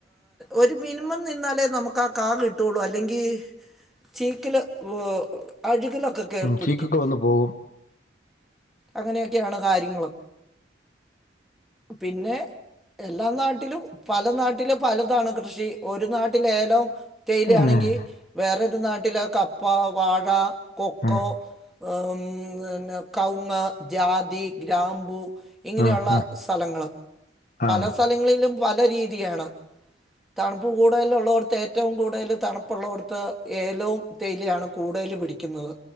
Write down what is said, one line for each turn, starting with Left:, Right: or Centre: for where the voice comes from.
Centre: ഒരു മിനിമം നിന്നാലേ നമുക്ക് കാ കിട്ടുള്ളൂ അല്ലെങ്കി ചീക്ക്ല് വ് അഴുക് ലൊക്കെ കേർ
Left: ഉം,
Centre: പിടിക്കും
Left: ചീക്കൊക്കെ വന്ന് പോകും
Centre: അങ്ങനെയൊക്കെയാണ് കാര്യങ്ങള് പിന്നെ എല്ലാം നാ ട്ടിലും പല നാട്ടിലും പലതാണ് കൃഷി, ഒരു നാട്ടില് ഏലവും തേയില
Left: ഉം,
Centre: ആണെങ്കി വേറെ ഏത് നാട്ടില് കപ്പ വാഴ കൊക്കോ
Left: ഉം,
Centre: ഉം വിന്നെ കൗങ്ങ് ജാതി ഗ്രാമ്പു ഇങ്ങനെയുള്ള
Left: ആ ആ
Centre: സ്ഥലങ്ങള് പല
Left: ആ
Centre: സ്ഥലങ്ങളിലും പല രീതിയാണ് തണ്പ്പ് കൂടുതലുള്ളോടത്ത് ഏറ്റവും കൂടുതൽ തണുപ്പുള്ളോടത്ത് ഏലവും തേയിലയും ആണ് കൂടുതൽ പിടിക്കുന്നത്